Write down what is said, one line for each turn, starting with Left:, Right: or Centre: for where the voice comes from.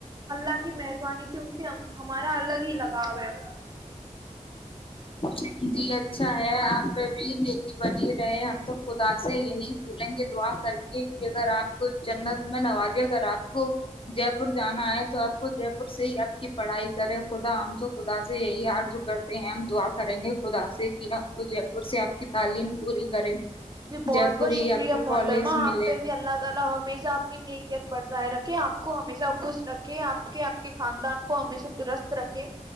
Right: اللہ کی مہربانی سے ان سے ہمارا الگ ہی لگاؤ ہے
Left: جی جی اچھا ہے آپ پ بھی بنی رہے ہم تو خدا سے یہی بولیں گے دعا کریں گے کہ اگر آپ کو جنت میں نوازے اگر آپ کو جے پور جانا ہے تو آپ کو جے پور سے ہی آپ کی پڑھائی کرے خدا ہم تو خدا سے یہی حارج کرتے ہیں ہم دعا کریں گے خدا سے کہ آپ کو جے پور سے آپ کی تعلیم پوری کرے
Right: جی بہت
Left: جے پور
Right: بہت شکریہ
Left: ہی آپ کو
Right: محترما
Left: کالج
Right: آپ
Left: ملے
Right: پہ بھی اللہ تعالی ہمیشہ آپ نے ن کیا بظاہر رکھ کہ آپ کو ہمیشہ خوش رکھے آپ کے آپ کے خاندان کو ہمیشہ درست رکھے